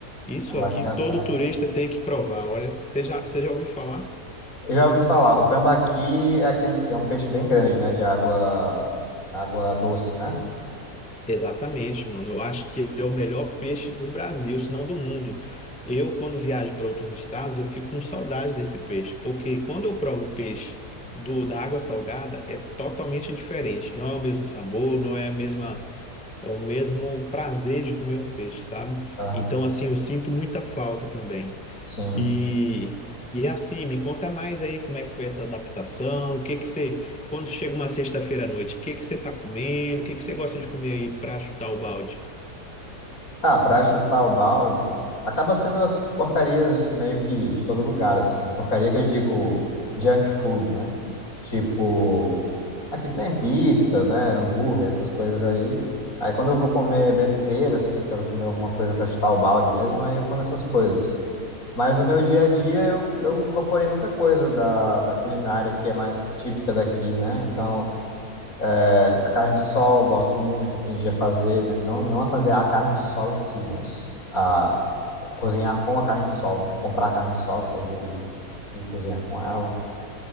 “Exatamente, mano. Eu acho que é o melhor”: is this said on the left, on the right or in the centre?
Centre